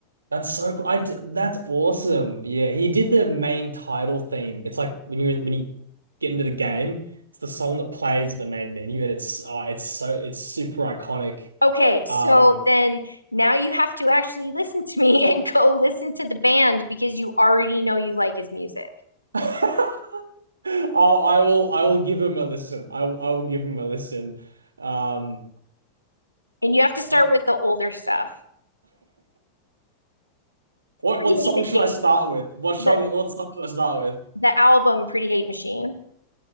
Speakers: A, on the right; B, on the left.
A: That's so cool. I d that's awesome. Yeah, he did the main title theme. It's like when you when you get into the game, it's the song that plays at the main menu and it's oh, it's so it's super iconic.
B: Okay, so
A: Um
B: then now you have to actually listen to me <laughs> and go listen to the band because you already know you like his music.
A: <laughs> I'll, I will I will give him a listen. I will- I will give him a listen. Um,
B: And you have to start
A: <laughs>
B: with the older stuff.
A: what
B: Pretty
A: what song
B: Hate Machine.
A: should I start with? What song
B: The
A: what song should I start with?
B: the album Pretty Hate Machine.